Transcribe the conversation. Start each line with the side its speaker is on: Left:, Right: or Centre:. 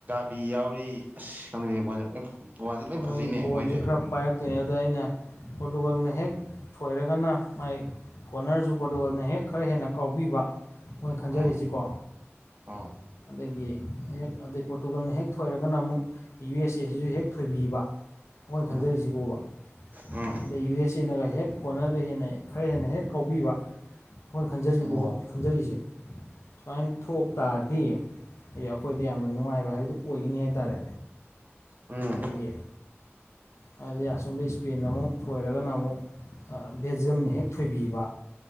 Right: ꯄꯤ ꯌꯥꯎꯔꯤ ꯑꯁ ꯈꯪꯗ ꯂꯣꯏ ꯋꯥꯖꯤꯠ <unintelligible> ꯂꯣꯏ
Left: ꯃꯣꯏ
Right: ꯐꯖꯩꯅꯦ
Left: ꯕꯣꯟꯁꯦ
Right: ꯃꯣꯏꯁꯦ
Left: ꯈꯔ ꯄꯥꯏꯔꯛꯇꯣꯏꯅꯦ ꯑꯗꯨꯗ ꯑꯩꯅ ꯄꯣꯔꯇꯨꯒꯜꯅ ꯍꯦꯛ ꯊꯣꯏꯔꯒꯅ ꯃꯥꯏ ꯀꯣꯅꯔꯁꯨ ꯄꫭꯔꯇꯨꯒꯜꯅ ꯍꯦꯛ ꯈꯔ ꯍꯦꯟꯅ ꯀꯥꯎꯕꯤꯕ ꯃꯣꯏ ꯈꯟꯖꯔꯤꯁꯤꯀꯣ
Right: ꯎꯝ ꯎꯝ
Left: ꯑꯗꯒꯤ ꯍꯦꯛ ꯑꯗꯩ ꯄꯣꯔꯇꯨꯒꯜꯅ ꯍꯦꯛ ꯊꯣꯏꯔꯒꯅ ꯑꯃꯨꯛ ꯌꯨ ꯑꯦꯁ ꯑꯦ ꯁꯤꯁꯨ ꯍꯦꯛ ꯊꯣꯏꯕꯤꯕ ꯑꯩꯈꯣꯏꯅ
Right: ꯎꯝ
Left: ꯈꯟꯖꯔꯤꯁꯤꯕꯣꯕ
Right: ꯎꯝ
Left: ꯑꯗꯩ ꯌꯨ ꯑꯦꯁ ꯑꯦꯅꯒ ꯍꯦꯛ ꯀꯣꯟꯅꯔꯗꫭ ꯍꯦꯟꯅ ꯈꯔ ꯍꯦꯟꯅ ꯍꯦꯛ ꯀꯥꯎꯕꯤꯕ ꯑꯩꯈꯣꯏꯅ ꯈꯟꯖꯔꯤꯕꫭ
Right: ꯑꯣ
Left: ꯈꯟꯖꯔꯤꯁꯦ ꯁꯨꯃꯥꯏꯅ ꯊꯣꯛ ꯇꯥ ꯔꯩꯗꯤ ꯑꯩꯗꯤ ꯑꯩꯈꯣꯏꯗ ꯌꯥꯝꯅ ꯅꯨꯡꯉꯥꯏꯕ ꯍꯥꯏꯕꯗꯨ ꯑꯣꯏꯒꯅꯤ ꯍꯥꯏꯇꯥꯔꯦ
Right: ꯎꯝ
Left: ꯑꯗꯒꯤ ꯍꯥꯏꯗꯤ ꯑꯁꯣꯝꯗ ꯏꯁꯄꯤꯟ ꯑꯃꯨꯛ ꯊꯣꯏꯔꯒꯅ ꯑꯃꯨꯛ ꯕꯦꯜꯖꯌꯝ ꯅ ꯍꯦꯛ ꯊꯣꯏꯕꯤꯕ